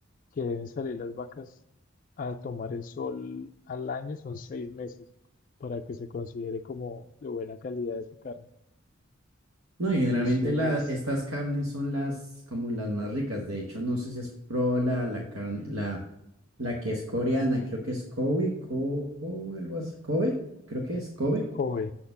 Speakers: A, on the left; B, on the right.
A: que deben salir las vacas a tomar el sol al año son seis meses para que se considere como de buena calidad esa carne.
B: No, y generalmente
A: Entonces,
B: la, estas carnes son las como las más ricas. De hecho, no sé si has probado la, la carne, la, la que es coreana, creo que es Kobe, Ko- Kobe, algo así. Kobe, creo que es Kobe.
A: Kobe,